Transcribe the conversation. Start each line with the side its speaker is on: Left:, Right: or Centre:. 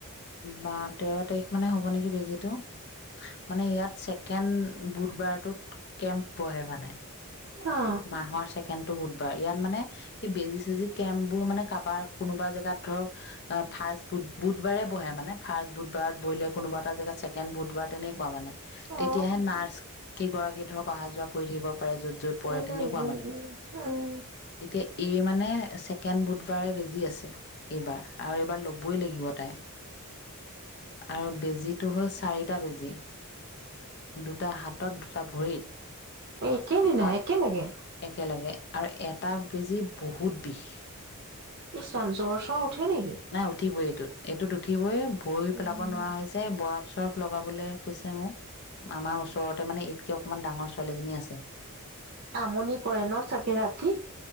Left: বা তেৰ তাৰিখ মানে হ'ব নেকি বেজিটো। মানে ইয়াত ছেকেণ্ড বুধবাৰটোত কেম্প বহে মানে।
Right: অ
Left: মাহৰ চেক কেনটো বুধবাৰ, ইয়াত মানে এই বেজি চেজি কেম্প বোৰ মানে, কাৰবাৰ কোনোবা জেগাত ধৰক অ ফাৰ্ষ্ট বুধ বুধবাৰে বহে মানে, ফাৰ্ষ্ট বুধবাৰত বহিলে, কোনোবা এটা জেগাত ছেকেণ্ড বুধবাৰ তেনেকুৱা মানে। তেতিয়াহে
Right: অ
Left: নাৰ্চ কেইগৰাকী ধৰক অহা যোৱা কৰি থাকিব পাৰে য পৰে
Right: উম
Left: তেনেকুৱা
Right: উম
Left: মানে,
Right: উম উম
Left: এতিয়া এই মানে ছেকেণ্ড বুধবাৰে বেজি আছে এইবাৰ, আৰু এবাৰ ল'বই লাগিব তাই। আৰু বেজিটো হ'ল চাৰিটা বেজি, দুটা হাতত দুটা ভৰিত।
Right: একেইদিনাই,
Left: আৰু
Right: একে লগে।
Left: একেলগে, আৰু এটা বেজী বহুত বিষ।
Right: ইছ ৰাম, জ্বৰ-চ্বৰ উঠে নেকি?
Left: নাই উঠিবই এইটোত উঠিবয়ে ভৰি
Right: উম
Left: পেলাব নোৱাৰা হৈ যায়, বৰফ চৰফ লগাবলৈ কৈছে মোক, আমাৰ ওচ ওচৰতে মানে এইতকে অকমান ডাঙৰ ছোৱালীজনী আছে।
Right: আমনি কৰে ন, চাগে ৰাতি